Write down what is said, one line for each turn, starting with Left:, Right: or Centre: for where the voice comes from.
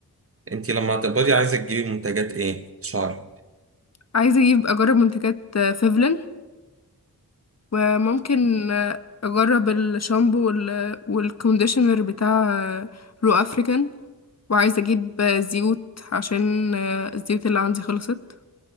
Right: انتي لما هتقبضي عايزة تجيبي منتجات ايه؟ شعر
Left: عايزة اجيب اجرب منتجات آه، فيفلين وممكن آه، اجرب الشامبو وال... والكونديشنر بتاع آه، رو افريكان وعايزة اجيب زيوت عشان آه، الزيوت اللي عندي خلصت